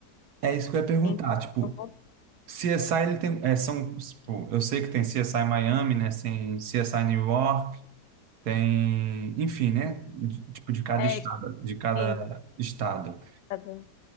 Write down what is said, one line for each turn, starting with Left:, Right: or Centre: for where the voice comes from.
Right: É isso que eu ia perguntar.
Left: Então,
Right: Tipo,
Left: eu vou...
Right: CSI, ele tem. É, são, tipo, eu sei que tem CSI Miami, né? Tem CSI New York, tem. Enfim, né? de- tipo, de cada
Left: É,
Right: estado. De cada
Left: sim,
Right: estado.
Left: tá bom.